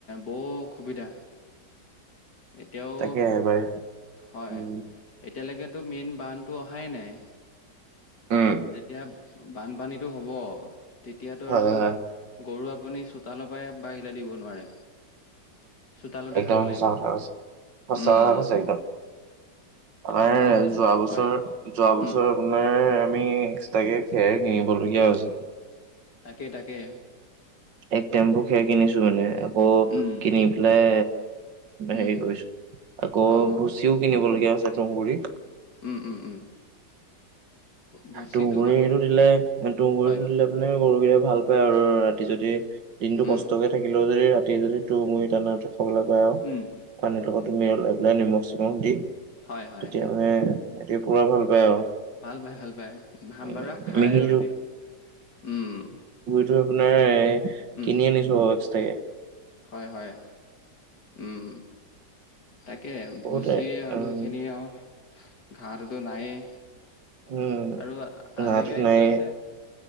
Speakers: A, on the left (about 65°); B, on the right (about 85°).
A: বৰ অসুবিধা। এতিয়াও
B: তাকে এবাৰ
A: হয়।
B: উম,
A: এতিয়ালৈকেতো মেইন বানটো অহাই নাই।
B: উম।
A: যেতিয়া বানপানীটো হব, তেতিয়াতো
B: হয়,
A: আৰু।
B: হয়,
A: গৰু আপুনি চোতালৰ পৰাই বাহিৰলে দিব নোৱাৰে। চোতালতে
B: একদম
A: থব লাগিব
B: সঁচা কথা কৈছে, সঁচা
A: উম
B: কথা কৈছে একদম। আমাৰে
A: এবাৰ
B: যোৱা বছৰ,
A: হয়
B: যোৱা বছৰ।
A: উম
B: আপোনাৰ আমি এক্সট্ৰাকে খেৰ কিনিব লগীয়া হৈছে।
A: তাকে, তাকে।
B: এক টেম্পু খেৰ কিনিছো মানে। আকৌ
A: উম
B: কিনি পেলাই
A: উম
B: হেৰি কৰিছো। আকৌ
A: অ
B: ভুচিও কিনিব লগীয়া হৈছে তুঁহগুৰি।
A: উম- উম- উম। ভুচিটো
B: তুঁহগুৰিটো
A: বাৰু
B: দিলে, এ তুহগুৰিটো
A: হয়,
B: দিলে। মানে গৰুকেইটাই ভাল পায় আৰু। ৰাতি যদি দিনটো
A: উম,
B: কষ্টকে থাকিলেও যদি ৰাতি যদি তুঁহগুৰি দানাটো খাবলৈ পাই আৰু।
A: উম,
B: পানীৰ লগত তুমি মিহলাই পেলাই নিমখ- চিমখ দি।
A: হয়- হয়।
B: তেতিয়া মানে সিহঁতি পূৰা ভাল পায় আৰু।
A: ভাল পায়, ভাল পায়, ভাম
B: উম
A: বাৰা খায়
B: মিহিটো
A: আৰু ৰাতি, উম।
B: এইটো আপোনাৰ এ
A: উম,
B: কিনি আনিছো আৰু এক্সটাকে।
A: হয়- হয়, উম- উম। তাকে
B: বহুতে
A: ভুচি আৰু
B: উম
A: এইখিনি আৰু ঘাঁহটোতো নায়েই।
B: উম
A: আৰু আজিকালি
B: গাঁৱতো নাই
A: এনেকুৱা হৈছে।